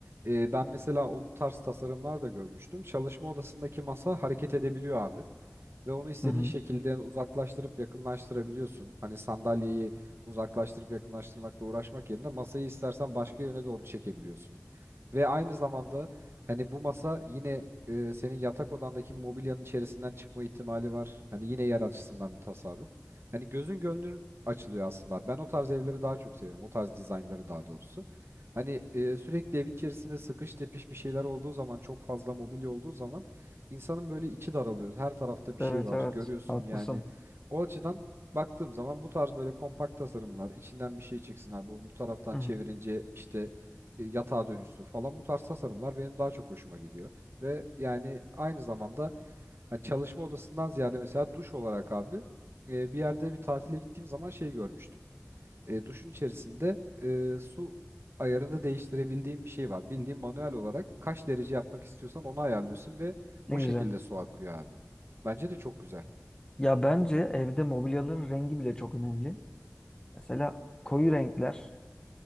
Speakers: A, on the right; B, on the left.
A: e, ben mesela o tarz tasarımlar da görmüştüm. Çalışma odasındaki masa hareket edebiliyor abi. Ve onu istediğin
B: Hı hı.
A: şekilde uzaklaştırıp yakınlaştırabiliyorsun. Hani sandalyeyi uzaklaştırıp yakınlaştırmakla uğraşmak yerine masayı istersen başka yöne doğru çekebiliyorsun. Ve aynı zamanda hani bu masa yine e, senin yatak odandaki mobilyanın içerisinden çıkma ihtimali var. Hani yine yer açısından bir tasarruf. Hani gözün gönlün açılıyor aslında. Ben o tarz evleri daha çok seviyorum. O tarz dizaynları daha doğrusu. Hani e, sürekli evin içerisinde sıkış tepiş bir şeyler olduğu zaman çok fazla mobilya olduğu zaman insanın böyle içi daralıyor. Her tarafta bir
B: Evet
A: şey var.
B: evet
A: Görüyorsun
B: haklısın.
A: yani. O açıdan baktığım zaman bu tarz böyle kompakt tasarımlar, içinden bir şey çıksın abi. Bu, bu taraftan
B: Hı
A: çevirince
B: hı.
A: işte e, yatağa dönüşsün falan. Bu tarz tasarımlar benim daha çok hoşuma gidiyor. Ve yani aynı zamanda hani çalışma odasından ziyade mesela duş olarak abi e, bir yerde bir tatile gittiğim zaman şey görmüştüm e, duşun içerisinde e, su ayarını değiştirebildiğin bir şey var. Bildiğin manuel olarak kaç derece yapmak istiyorsan onu ayarlıyorsun ve
B: Ne
A: o
B: güzel.
A: şekilde su akıyor abi. Bence de çok güzel.
B: Ya bence evde mobilyaların rengi bile çok önemli. Mesela koyu renkler